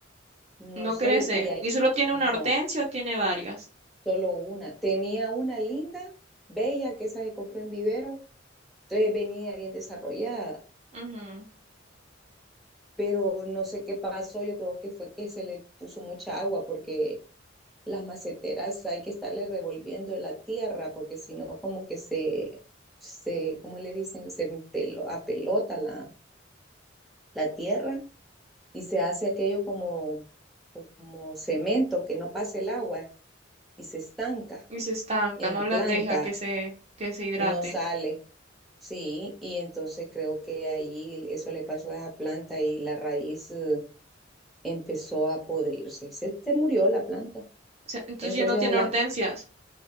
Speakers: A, in the centre; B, on the right.
A: no
B: No
A: sé,
B: crece.
A: y hay,
B: ¿Y solo tiene
A: no,
B: una hortensia o tiene varias?
A: solo una. Tenía una linda, bella, que esa que compré en vivero, entonces venía bien desarrollada
B: Ujú,
A: pero no sé qué pasó, yo creo que fue que se le puso mucha agua porque las maceteras hay que estarle revolviendo la tierra porque si no como que se, se, ¿cómo le dicen? Se pelo, apelota la, la tierra y se hace aquello como, como cemento que no pasa el agua y se estanca
B: Y se estanca,
A: en
B: no
A: la planta,
B: las deja que se, que se hidrate.
A: no sale. Sí, y entonces creo que ahí eso le pasó a esa planta y la raíz eh, empezó a podrirse. Se, se murió la planta.
B: O sea, entonces
A: Entonces,
B: ya no tiene
A: a la,
B: hortensias.